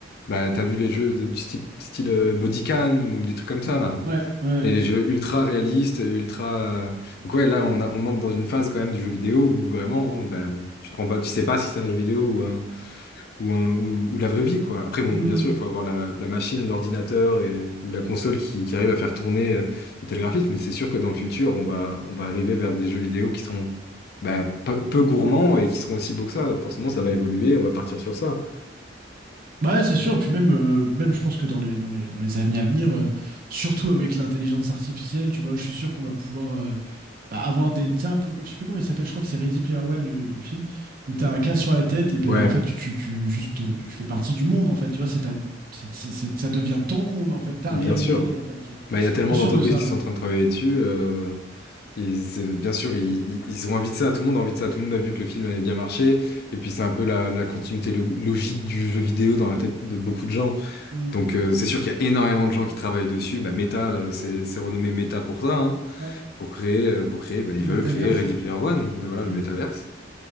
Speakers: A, on the left (about 55°); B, on the right (about 50°).
A: bah, t'as vu les jeux de- du style, style euh, Bodycan ou des trucs comme ça, là.
B: Ouais, ouais.
A: Et les jeux ultra réalistes, euh, ultra. euh, Donc ouais, là, on, a- on entre dans une phase quand même du jeu vidéo où vraiment, bah, tu te rends pas, tu sais pas si c'est un jeu vidéo ou un, ou, un- ou, ou la vraie vie, quoi. Après, bon,
B: Mm.
A: bien sûr, il faut avoir la, la machine, l'ordinateur et, ou la console qui, qui arrive à faire tourner euh, de tels graphismes, mais c'est sûr que dans le futur, on va, on va arriver vers des jeux vidéo qui seront bah, peu, peu gourmands et qui seront aussi beaux que ça. Forcément, ça va évoluer, on va partir sur ça.
B: Bah ouais, c'est sûr. Et puis même, euh, même, je pense que dans les, dans les, dans les années à venir, euh, surtout avec l'intelligence artificielle, tu vois, je suis sûr qu'on va pouvoir euh, bah, avoir des, tu sais, un peu, co- je sais plus comment il s'appelle, je crois que c'est Ready Player One, le, le film, où t'as un cas sur la tête et ben
A: Ouais,
B: en fait, tu, tu juste, euh, tu fais partie du monde en fait, tu vois, c'est ta, c'est, c'est- c'est- ça devient ton monde en fait, ta
A: bien
B: réalité
A: sûr.
B: en fait, tu vois.
A: Bah, il y a tellement
B: Je suis
A: d'entreprises
B: sûr de ça,
A: qui
B: moi.
A: sont en train de travailler dessus. euh, et c'est- bien sûr, ils, ils ils ont envie de ça, tout le monde a envie de ça, tout le monde a vu que le film avait bien marché, et puis c'est un peu la, la continuité lo- logique du jeu vidéo dans la tête de beaucoup de gens.
B: Mm.
A: Donc euh, c'est sûr qu'il y a énormément de gens qui travaillent dessus. Bah, Meta, euh, c'est c'est renommé Meta pour ça, hein.
B: Ouais,
A: pour créer, euh, pour créer, bah, ils
B: le
A: veulent
B: métaverse
A: créer Ready
B: du coup.
A: Player One, euh, voilà
B: Mm.
A: le métaverse.